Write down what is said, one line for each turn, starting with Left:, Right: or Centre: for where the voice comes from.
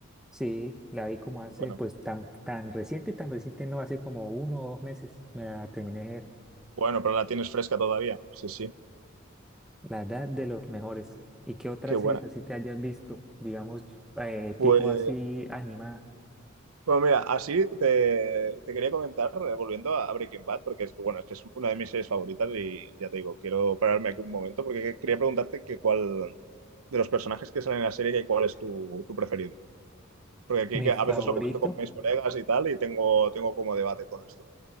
Centre: Sí, la vi como hace,
Right: Bueno,
Centre: pues tan, tan reciente, tan reciente no, hace como uno o dos meses me la terminé de ver.
Right: bueno, pero la tienes fresca todavía. Sí, sí,
Centre: La verdad de los mejores. ¿Y qué otras
Right: qué buena.
Centre: series así te hayas visto? Digamos, eh,
Right: Pues,
Centre: tipo así animada.
Right: bueno, mira, así te, te quería comentar, eh, volviendo a Breaking Bad, porque es que, bueno, es que es una de mis series favoritas y ya te digo, quiero pararme aquí un momento porque quería preguntarte que cuál de los personajes que salen en la serie, que cuál es tu, tu preferido. Porque aquí
Centre: Mi
Right: que
Centre: favorito.
Right: a veces lo comento con mis colegas y tal, y tengo, tengo como debate con esto.